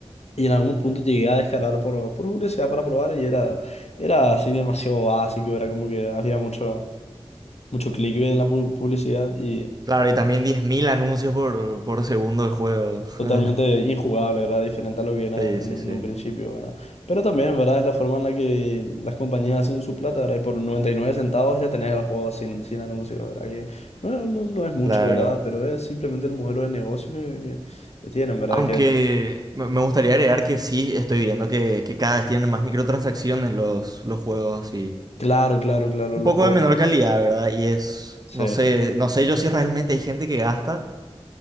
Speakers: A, on the left (about 80°); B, on the right (about 35°).
A: Y en algún punto llegué a descargar por, por curiosidad para probar y era, era así demasiado básico, era como que había mucho, mucho clickbait en la pu- publicidad y
B: Claro, y también 10.000 anuncios por, por segundo de juego.
A: Totalmente
B: <laughs>
A: injugable, ¿verdad? Diferente a lo que era
B: Sí,
A: en,
B: sí,
A: un
B: sí,
A: en un principio, ¿verdad? Pero también, ¿verdad? Es la forma en la que las compañías hacen su plata, ¿verdad? Y por 99 centavos ya tenés el juego sin, sin anuncios, ¿verdad? Que no, no, no es mucho,
B: claro.
A: ¿verdad? Pero es simplemente el modelo de negocio que, que- que tienen, ¿verdad?
B: Aunque
A: Que,
B: me me gustaría agregar que sí, estoy viendo que, que cada vez tienen más microtransacciones los, los juegos así.
A: claro, claro, claro,
B: Un
A: los
B: poco
A: juegos.
B: de menor calidad, ¿verdad? Y es,
A: Sí,
B: no sé, no sé yo si realmente hay gente que gasta.